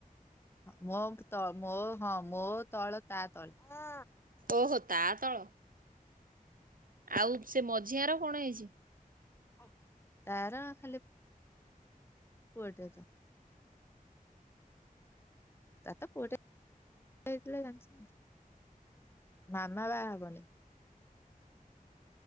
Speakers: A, on the left (about 15°); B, on the right (about 70°).
A: ହଁ ମୋ ତଳ ମୋ ହଁ ମୋ ତଳ ତା ତଳେ ମା
B: ଓହୋ ତା ତଳ। ଆଉ ସେ ମଝିଆର କଣ ହେଇଛି?
A: ହଁ ତାର ଖାଲି ପୁ ପୁଅଟେ ତ ତାରତ ପୁଅଟେ ହେଇଥିଲା ଜାଣିଛି ଆ ମାମା ବାହା ହବନି?